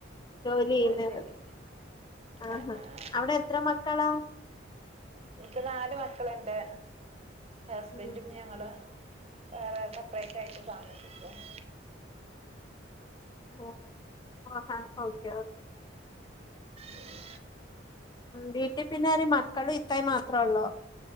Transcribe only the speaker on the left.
ജോലി ചെയ്യുന്നേ
ഒള്ളു ആഹാ
അവിടെ എത്ര മക്കളാ?
ഉം
ഓഹ് ഓക്കെ ഓക്കെ
ഉം വീട്ടി പിന്നെ ആര് മക്കളും ഇത്തായും മാത്രേയൊള്ളോ?